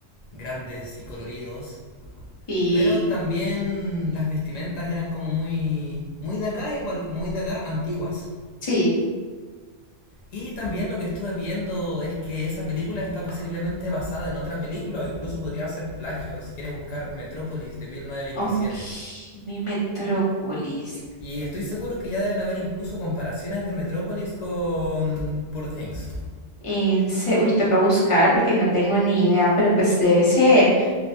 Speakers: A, on the left; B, on the left.
A: grandes y coloridos.
B: sí,
A: Pero también las vestimentas eran como muy, muy de acá, igual, muy de acá, antiguas.
B: sí.
A: Y también lo que estuve viendo es que esa película está posiblemente basada en otra película o incluso podría ser plagio si quieres buscar Metrópolis de 1927.
B: Ok, mi metrópolis.
A: Y estoy seguro que ya deben haber incluso comparaciones de Metrópolis con Poor Things.
B: En se... Uy, toca buscar porque no tengo ni idea, pero pues debe ser.